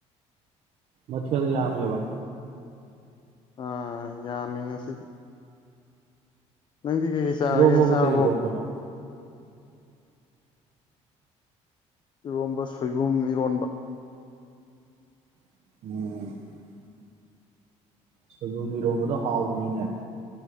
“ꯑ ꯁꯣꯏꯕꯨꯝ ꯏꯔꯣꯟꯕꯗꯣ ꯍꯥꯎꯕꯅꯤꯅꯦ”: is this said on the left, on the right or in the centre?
Right